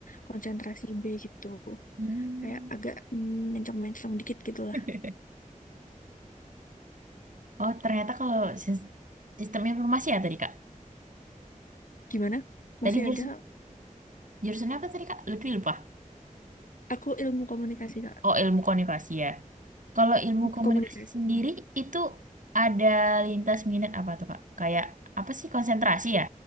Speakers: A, on the left; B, on the right.
A: konsentrasi B gitu.
B: Hmm.
A: kayak agak mm, mencong-mencong dikit gitu lah.
B: <laughs> Oh, ternyata kalau sis- sistem informasi ya tadi, Kak.
A: Gimana?
B: Tadi
A: Masih
B: jurusan,
A: ada?
B: jurusannya apa tadi, Kak? Lebih lupa.
A: Aku ilmu komunikasi, Kak.
B: Oh, ilmu komunikasi ya. Kalau ilmu komunikasi
A: Komunikasi.
B: sendiri, itu ada lintas minat apa tuh, Kak? Kayak apa sih konsentrasi ya